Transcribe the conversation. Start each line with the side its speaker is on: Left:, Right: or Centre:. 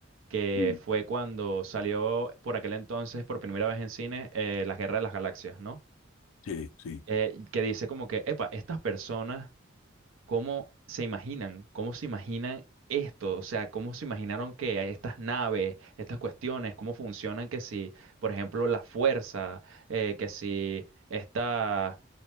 Right: que
Left: Mm,
Right: fue cuando salió por aquel entonces por primera vez en cine eh, La Guerra de las Galaxias, ¿no?
Left: Sí, sí.
Right: Eh, que dice como que, epa, estas personas cómo se imaginan, cómo se imaginan esto, o sea, cómo se imaginaron que estas naves, estas cuestiones, cómo funcionan, que si, por ejemplo, la fuerza, eh, que si esta,